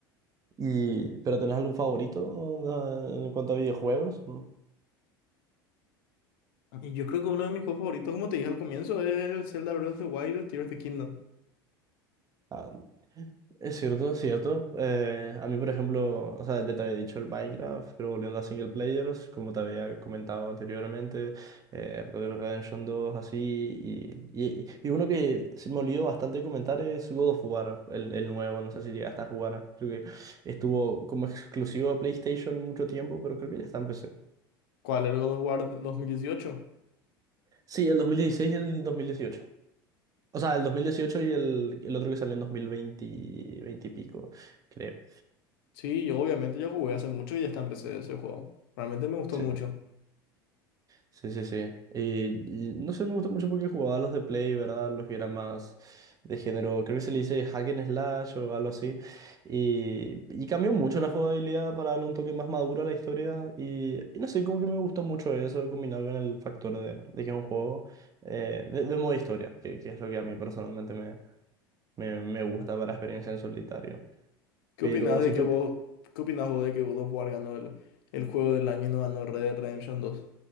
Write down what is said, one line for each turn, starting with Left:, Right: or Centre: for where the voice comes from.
Right: Y, ¿pero tenés algún favorito eh, en cuanto a videojuegos? Mm,
Left: Y yo creo que uno de mis juegos favoritos, como te dije al comienzo, es el Zelda Breath of the Wild, el Tears of the Kingdom.
Right: ah, Es cierto, es cierto. Eh, a mí, por ejemplo, o sea, ya te había dicho el Minecraft, pero volviendo a single players, como te había comentado anteriormente, eh, Red Dead Redemption 2, así, y, y, y uno que se me olvidó bastante comentar es God of War, el, el nuevo, no sé si llegaste a jugar, creo que estuvo como exclusivo a PlayStation mucho tiempo, pero creo que ya está en PC.
Left: ¿Cuál era el God of War 2018?
Right: Sí, el 2016 y el 2018. O sea, el 2018 y el, el otro que salió en 2020 y pico, creo.
Left: Sí, yo obviamente yo jugué hace mucho y ya está en PC ese juego. Realmente me gustó
Right: Sí.
Left: mucho.
Right: Sí, sí, sí. Y, y no sé, me gustó mucho porque jugaba los de Play, ¿verdad? Los que eran más de género, creo que se le dice hack and slash o algo así. Y, y cambió mucho la jugabilidad para darle un toque más maduro a la historia. Y, y no sé, como que me gustó mucho eso combinado con el factor de, de que es un juego eh, de, de modo historia, que, que es lo que a mí personalmente me, me, me gusta para experiencia en solitario.
Left: ¿Qué
Right: Pero
Left: opinás de
Right: si,
Left: que
Right: to-
Left: vos, qué opinás vos de que God of War ganó el, el juego del año y no ganó Red Dead Redemption dos